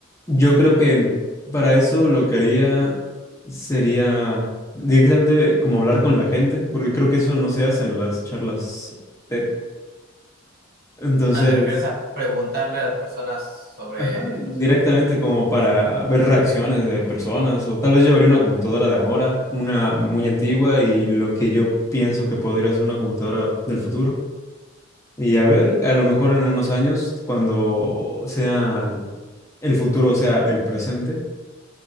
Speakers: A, on the left; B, on the right.
A: yo creo que para eso lo que haría sería directamente como hablar con la gente, porque creo que eso no se hace en las charlas TED. Entonces...
B: Ah, ¿te refieres a preguntarle a las personas sobre,
A: Ajá, directamente
B: no sé?
A: como para ver reacciones de personas o tal vez llevaría una computadora de ahora, una muy antigua y lo que yo pienso que podría ser una computadora del futuro. Y a ver, a lo mejor en unos años, cuando sea el futuro sea el presente,